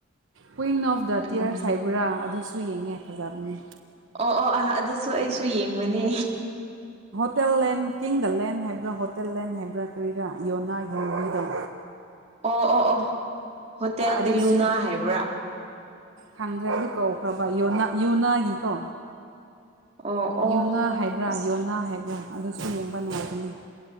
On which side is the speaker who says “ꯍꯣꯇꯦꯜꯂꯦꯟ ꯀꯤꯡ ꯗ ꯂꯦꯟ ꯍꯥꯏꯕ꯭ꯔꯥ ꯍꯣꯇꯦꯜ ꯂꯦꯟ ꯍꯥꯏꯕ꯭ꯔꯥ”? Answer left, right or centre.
Right